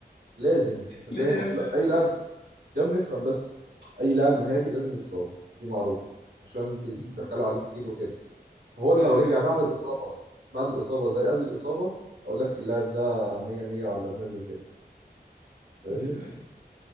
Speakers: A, on the right; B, on the left.
A: لازم انت فاهم
B: ليه يا
A: اصل
B: ابني
A: اي لاعب يا ابني افهم بس اي لاعب مهاري لازم يتصاب دي معروفه عشان بيدخلوا
B: مم.
A: عليه كتير وكده فهو لو
B: ايوه
A: رجع
B: ايوه
A: بعد
B: ايوه
A: الاصابه بعد الاصابه زي قبل الاصابه اقول لك اللاعب ده 100 100 وعلى دماغي وكده فاهمني
B: ايوه ايوه